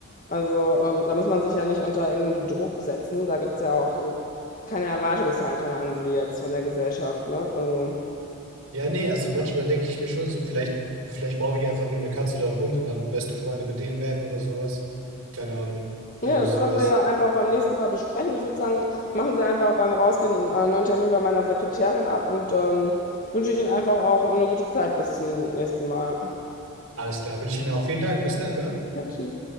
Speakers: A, on the left; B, on the right.
A: Also, ähm, da muss man sich ja nicht unter irgendeinen Druck setzen. Da gibt es ja auch äh, keine Erwartungshaltung an sie jetzt von der Gesellschaft, ne? Also.
B: Ja, nee, also manchmal denke ich mir schon so, vielleicht, vielleicht brauche ich einfach nur eine Katze oder einen Hund und dann beste Freunde mit denen werden oder sowas. Keine Ahnung, irgendwie
A: Ja, das
B: sowas.
A: können wir ja einfach beim nächsten Mal besprechen. Ich würde sagen, machen Sie einfach beim Rausgehen äh, einen neuen Termin bei meiner Sekretärin ab und dann wünsche ich Ihnen einfach auch eine gute Zeit bis zum nächsten Mal.
B: Alles klar, wünsche Ihnen auch vielen Dank. Bis dann, ne?
A: Ja, tschüss.